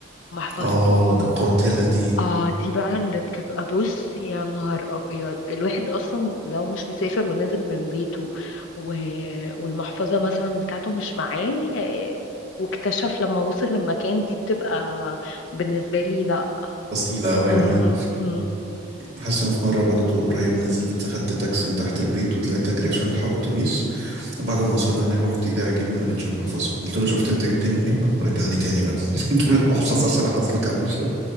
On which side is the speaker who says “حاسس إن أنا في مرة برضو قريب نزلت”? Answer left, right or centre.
Right